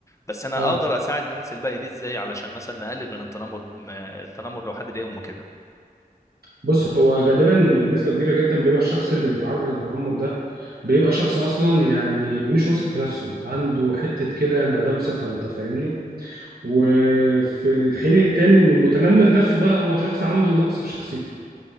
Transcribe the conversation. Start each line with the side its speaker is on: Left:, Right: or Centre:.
Left: بس انا
Right: اه
Left: اقدر اساعد الناس الباقيه دي ازاي علشان مثلا نقلل من التنمر ما- التنمر لو حد ضايق امه كده
Right: بص هو غالبا بنسبه كبيره جدا بيبقى الشخص اللي بيتعرض للتنمر ده بيبقى شخص اصلا يعني مش واثق في نفسه عنده حته كده انعدام ثقه انت فاهمني وفي الحين التاني ان المتنمر نفسه بقى هو شخص عنده نقص في شخصيته